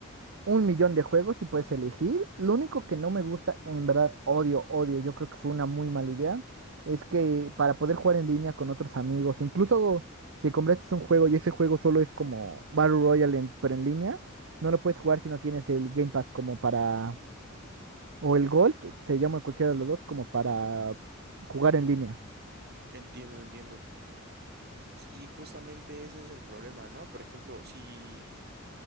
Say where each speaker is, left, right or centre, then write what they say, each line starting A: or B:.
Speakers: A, on the right (about 65°); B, on the right (about 50°).
A: un millón de juegos y puedes elegir. Lo único que no me gusta, en verdad, odio, odio, yo creo que fue una muy mala idea, es que para poder jugar en línea con otros amigos, incluso si compraste un juego y ese juego solo es como Battle Royale, en- pero en línea, no lo puedes jugar si no tienes el Game Pass como para, o el Gold, se llama cualquiera de los dos, como para jugar en línea.
B: Entiendo, entiendo. Sí, justamente ese es el problema, ¿no? Por ejemplo, si